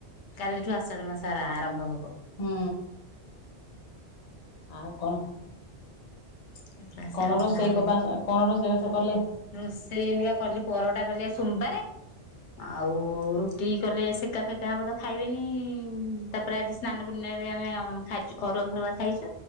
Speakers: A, on the left (about 80°); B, on the left (about 45°).
A: କାଲିଠୁ ଆଷାଢ ମାସ ଆରା ଆ ଆରମ୍ଭ ହବ।
B: ହୁଁ। ଆଉ କଣ।
A: କାଲିଠୁ ଆଷାଢ
B: କଣ
A: ମାସ
B: ରୋଷେଇ
A: ଆରମ୍ଭ
B: କ ବାସ କଣ ରୋଷେଇ ବାସ କଲେ।
A: ରୋଷେଇ ଏଇନିକା କଲି ପରଟା କଲି ଆଜି ସୋମବାରେ। ଆଉ ରୁଟି କଲେ ସେକା ଫେକା ହବ ତ ଖାଇବେନି। ତାପରେ ଆଜି ସ୍ନାନପୂର୍ଣ୍ଣିମାବି ଆମେ ଅଁ ଖାଇଚୁ ଘରୁଆ ଫରୁଆ ଖାଇଛୁ।